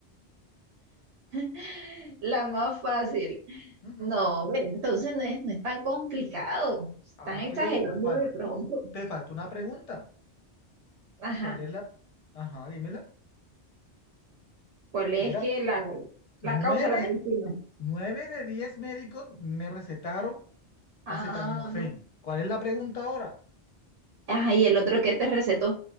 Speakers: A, on the right; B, on the left.
A: <laughs> la más fácil.
B: Ujú.
A: No, ve, entonces no es, no es tan complicado. Están
B: Ajá,
A: exagerando
B: pero ¿cuál?
A: de pronto.
B: Te faltó una pregunta.
A: Ajá.
B: ¿Cuál es la? Ajá, dímela.
A: ¿Cuál es
B: Era
A: que la,
B: nueve,
A: la causa, la medicina?
B: nueve de diez médicos me recetaron
A: Ah,
B: acetaminofén. ¿Cuál es la pregunta ahora?
A: ajá, y el otro que te recetó.